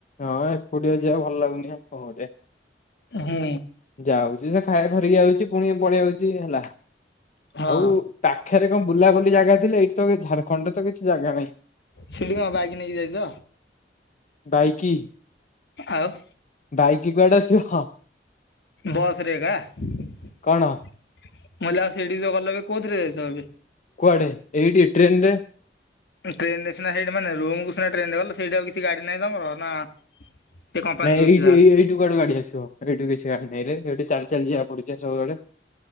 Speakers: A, on the left; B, on the left.
A: ହଁ ଏକୁଟିଆ ଯିବାକୁ ଭଲ ଲାଗୁନି ହେ କଣ କରିବା।
B: ହୁଁ।
A: ଯାଉଛି ସେ ଖାଇବା ଧରିକି ଯାଉଛି ପୁଣି ପଳେଇଆଉଛି ହେଲା।
B: ହଁ
A: ଆଉ ପାଖରେ କଣ ବୁଲାବୁଲି ଜାଗା ଥିଲେ ଏଇଠି ତ ଝାଡ଼ଖଣ୍ଡରେ ତ କିଛି ଜାଗା ନାହିଁ।
B: ସେଠି କ ବାଇକି ନେଇକି ଯାଇଛ
A: ବାଇକି
B: ଆଉ?
A: ବାଇକି କୁଆଡେ ଆସିବ।
B: ବସରେଗା। ମଲା
A: କଣ
B: ଆଉ ସେଇଠିକି ଯୋଉ ଗଲ କୋଉଥିରେ ଯାଇଛ ଏବେ?
A: କୁଆଡେ ଏଇଠି ଟ୍ରେନ ରେ।
B: ଟ୍ରେନ ରେ ସିନା ସେଠି ମାନେ ରୁମ କୁ ସିନା ଟ୍ରେନରେ ଗଲେ ସେଠି ଆଉ କିଛି ଗାଡି ନାହିଁ ତମର ନା ସେ କମ୍ପାନୀ
A: ନାଇଁ
B: ଦଉଛି
A: ଏଇ
B: ଯାହା
A: ଏଇ ଏଇଠୁ କୁଆଡୁ ଗାଡି ଆସିବ ଏଇଠୁ କିଛି ଗାଡି ନାଇ ରେ ଏଇଠୁ ଚାଲି ଚାଲି ଯିବାକୁ ପଡୁଛି ସବୁବେଳେ।